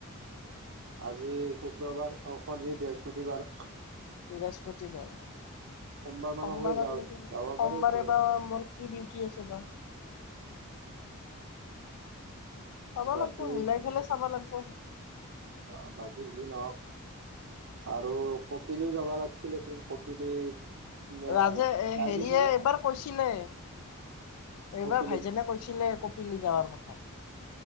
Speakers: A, on the right; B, on the left.
A: আজি শুক্ৰবাৰ, <unintelligible> বৃহস্পতিবাৰ।
B: বৃহস্পতিবাৰ,
A: সোমবাৰ মানকলৈ
B: সোমবাৰকলগে
A: যাওঁ যাব
B: সোমবাৰে
A: পাৰি একবাৰ
B: বা মোৰ কি ডিউটি আছে বা। চাব
A: বাকী
B: লাগিব মিলাই পেলাই চাব লাগিব
A: অ, বাকী যি নহওক আৰু কপিলিও যাব লাগিছিলে কিন্তু কপিলি যাই
B: ৰাজে এ হেৰিয়ে
A: পাইছনে
B: এইবাৰ কৈছিলে এইবাৰ
A: কপিলি
B: ভাইজনে কৈছিলে কপিলি যাৱাৰ কথা